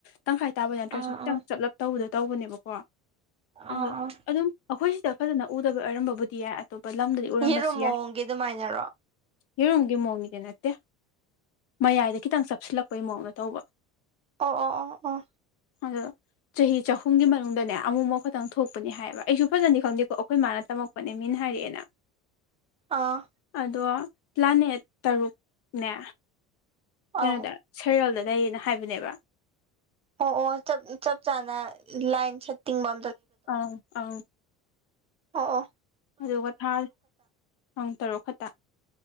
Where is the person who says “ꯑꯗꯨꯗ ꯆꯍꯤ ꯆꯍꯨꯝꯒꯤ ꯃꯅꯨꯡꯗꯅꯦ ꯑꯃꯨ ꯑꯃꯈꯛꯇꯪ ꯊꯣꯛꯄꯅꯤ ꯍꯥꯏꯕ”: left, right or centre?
Left